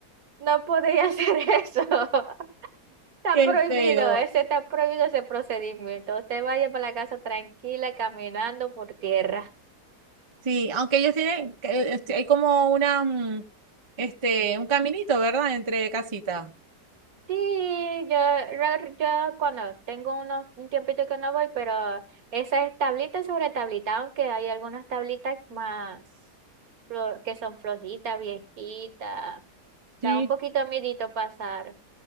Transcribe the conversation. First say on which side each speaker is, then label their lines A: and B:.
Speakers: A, on the right; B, on the right.
A: no podéis hacer eso. <laughs> Está
B: ¡Qué
A: prohibido,
B: feo!
A: ese está prohibido ese procedimiento. Usted vaya para la casa tranquila, caminando por tierra.
B: Sí, aunque ellos tienen, que- este, hay como una, mm, este, un caminito, ¿verdad? Entre casitas.
A: Sí, yo, yo, yo cuando tengo unos, un tiempito que no voy, pero esa es tablita sobre tablita, aunque hay algunas tablitas más flo- que son flojitas, viejitas.
B: Sí,
A: Da un poquito de miedito pasar.